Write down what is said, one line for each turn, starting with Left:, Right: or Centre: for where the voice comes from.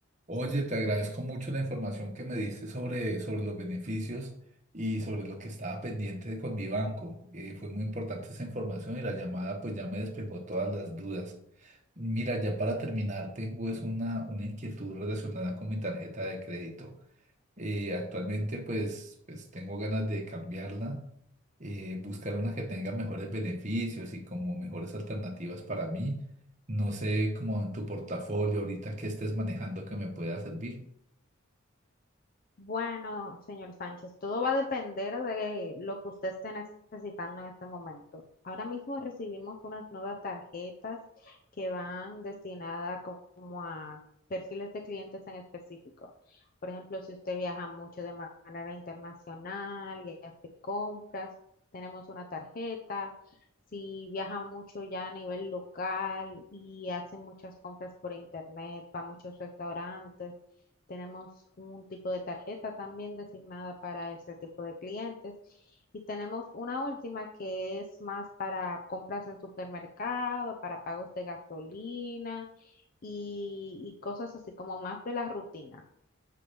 Right: Oye, te agradezco mucho la información que me diste sobre, sobre los beneficios y sobre lo que estaba pendiente de- con mi banco. Eh, fue muy importante esa información y la llamada pues ya me despejó todas las dudas. Mira, ya para terminar, tengo es una, una inquietud relacionada con mi tarjeta de crédito. Eh, actualmente pues, pues tengo ganas de cambiarla, eh, buscar una que tenga mejores beneficios y como mejores alternativas para mí. No sé, como en tu portafolio ahorita que estés manejando que me pueda servir.
Left: Bueno, señor Sánchez, todo va a depender de lo que usted esté necesitando en este momento. Ahora mismo recibimos unas nuevas tarjetas que van destinadas co- como a perfiles de clientes en específico. Por ejemplo, si usted viaja mucho de ma- manera internacional y hace compras, tenemos una tarjeta. Si viaja mucho ya a nivel local y hace muchas compras por internet, va a muchos restaurantes tenemos un tipo de tarjeta también designada para ese tipo de clientes. Y tenemos una última que es más para compras en supermercado, para pagos de gasolina y, y cosas así como más de la rutina.